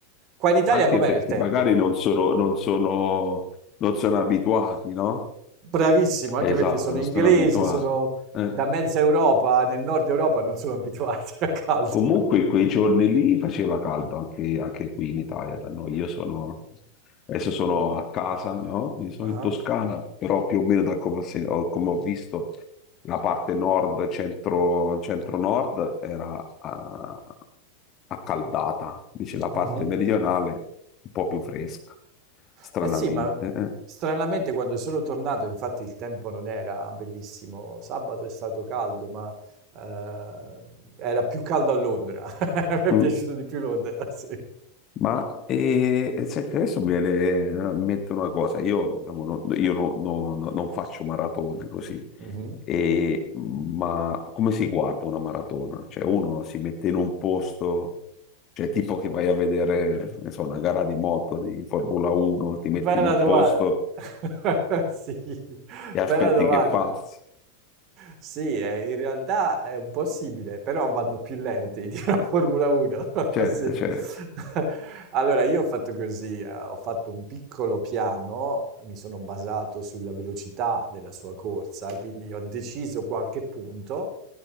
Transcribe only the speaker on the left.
Anche
perché
magari non sono, non sono, non sono abituati, no?
Esatto,
non
sono abituati.
Eh.
Comunque
quei giorni lì faceva caldo anche, anche qui in Italia, da noi. Io sono, adesso sono a casa, no? Quindi sono
in Toscana, però più o meno da come ho, sen- ho- come ho visto la parte nord, centro, nord era ah, accaldata, invece la parte
meridionale un po' più fresca, stranamente.
eh.
Mm.
Ma eh, senti, adesso mi viene in mente una cosa, io, diciamo, no- io no- no- no- non faccio maratone così,
E, ma come si guarda una maratona? Cioè uno si mette in un posto, cioè tipo che vai a vedere, ne so, una gara di moto, di Formula 1, ti metti
in un
posto
e aspetti
che passi.
Certo,
certo.